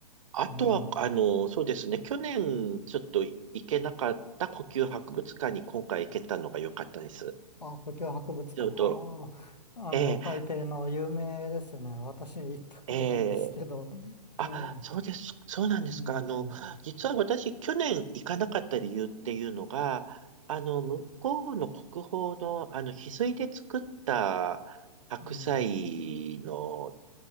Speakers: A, on the right; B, on the left.
A: あとは、
B: うん。
A: あの、そうですね。去年、ちょっと行けなかった故宮博物館に今回行けたのが良かったです。
B: あ、故宮博物館。
A: ちょっと、
B: ああ、
A: ええ
B: あの、台北の有名ですよね。私行ったことないんですけど。
A: ええ
B: ええ、
A: あ、そうです。そうなんですか。
B: うん、
A: あの、実は私、去年行かなかった理由っていうのが、あの、向こうの国宝の、あの、翡翠で作った白菜の、
B: うん、